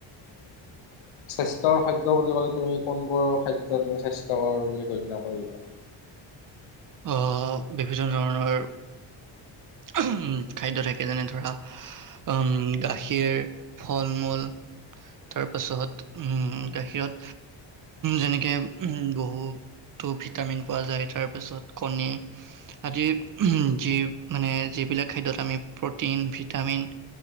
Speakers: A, on the left; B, on the right.
A: স্বাস্থ্যৰ খাদ্য বুলি ক'লে তুমি কোনবোৰ খাদ্য তুমি স্বাস্থ্যকৰ বুলি গণ্য কৰিবা।
B: আহ বিভিন্ন ধৰণৰ উ খাদ্য থাকে যেনে ধৰা উ গাখীৰ ফল-মূল তাৰ পাছত উম গাখীৰত যেনেকে উ বহুো ভিটামিন পোৱা যায় তাৰ পাছত কণী আদি যি মানে যিবিলাক খাদ্যত আমি প্ৰটিন ভিটামিন